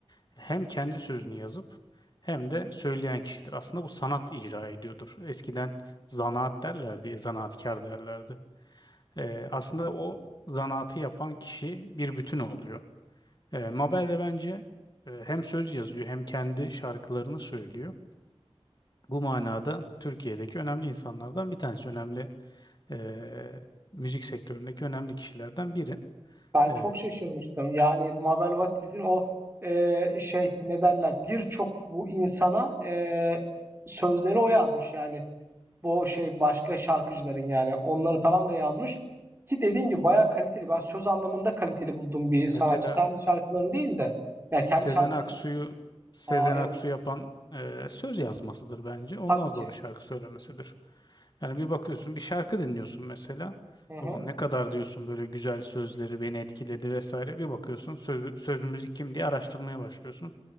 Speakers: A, on the left; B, on the right.
A: hem kendi sözünü yazıp hem de söyleyen kişidir. Aslında bu sanat icra ediyordur. Eskiden zanaat derlerdi, zanaatkar derlerdi. Ee, aslında o zanaatı yapan kişi bir bütün oluyor. Ee, Mabel de bence e, hem söz yazıyor hem kendi şarkılarını söylüyor. Bu manada Türkiye'deki önemli insanlardan bir tanesi, önemli e, müzik sektöründeki önemli kişilerden biri.
B: Ben
A: E,
B: çok şaşırmıştım. Yani Mabel Matiz'in o e, şey ne derler birçok bu insana e, sözlerini o yazmış yani. bu şey başka şarkıcıların yani onları falan da yazmış. Ki dediğim gibi bayağı kaliteli. Ben söz anlamında kaliteli bulduğum bir
A: mesela
B: sanatçı. Kendi şarkılarını değil de. Ya kendi
A: Sezen
B: şarkıları
A: Aksu'yu
B: da güzel.
A: Sezen
B: Aa evet.
A: Aksu yapan e, söz yazmasıdır bence. Ondan
B: Tabii ki.
A: sonra şarkı söylemesidir. Yani bir bakıyorsun bir şarkı dinliyorsun mesela.
B: Hı hı.
A: Ulan ne kadar diyorsun böyle güzel sözleri beni etkiledi vesaire. Bir bakıyorsun söz, söz müzik kim diye araştırmaya başlıyorsun.